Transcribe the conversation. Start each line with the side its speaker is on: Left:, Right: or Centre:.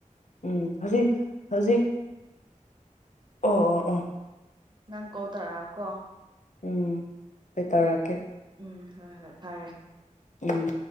Left: ꯎꯝ ꯍꯧꯖꯤꯛ ꯍꯧꯖꯤꯛ ꯑꯣ ꯑꯣ ꯑꯣ
Right: ꯅꯪ ꯀꯣꯜ ꯇꯔ ꯀꯣ
Left: ꯎꯝ ꯀꯩ ꯇꯧꯔꯛꯒꯦ
Right: ꯎꯝ ꯍꯣꯏ ꯍꯣꯏ ꯐꯔꯦ
Left: ꯎꯝ